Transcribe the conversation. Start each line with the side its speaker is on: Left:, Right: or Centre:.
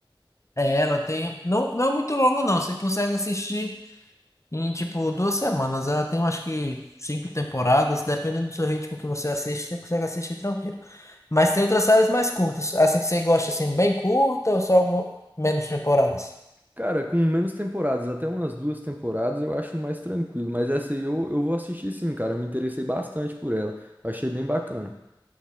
Left: É, ela tem não não é muito longa não, você consegue assistir em tipo duas semanas. Ela tem acho que cinco temporadas, dependendo do seu ritmo que você assiste, você consegue assistir tranquilo. Mas tem outras séries mais curtas, assim que você gosta assim bem curta ou só algum menos temporadas.
Right: Cara, com menos temporadas, até umas duas temporadas, eu acho mais tranquilo. Mas essa aí eu, eu vou assistir sim, cara. Eu me interessei bastante por ela. Eu Achei bem bacana.